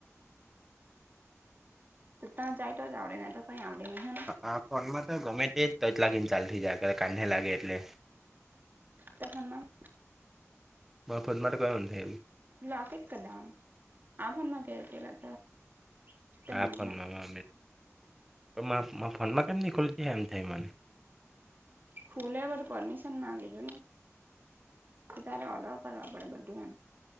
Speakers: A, on the right; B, in the centre.
A: ત ત તો જાય તો જ આવડે તો કઈ આવડે હ ને
B: આ પણમાં તો ગમે તે તો લાગીને ચાલ થઈ જાય કાને લાગે એટલે
A: તોમાં <unintelligible>
B: મા ફોદ માટે ગયો થ એમ
A: લકે કદનું આભણમાં કે કેલા તો તે
B: હા
A: મમ્મી
B: ફોનમાં
A: ના
B: ફોનમાં કેમ ન ખુલતી એમ થાય મને
A: ખુલે બર પરમિશન માંગે છેો ને કે તારે અલાવ કરવા પડે બધું એમ